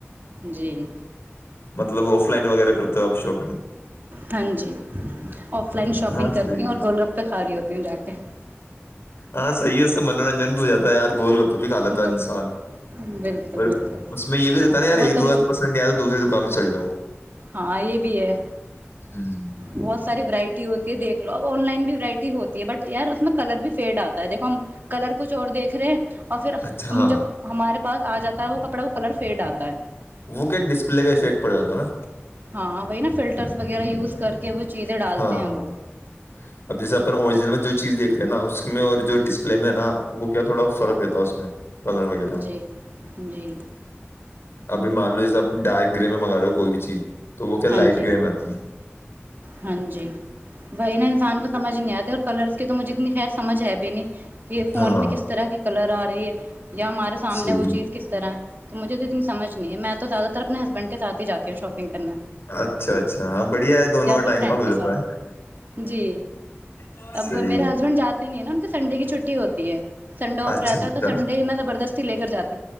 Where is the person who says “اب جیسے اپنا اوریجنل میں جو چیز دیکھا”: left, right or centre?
Left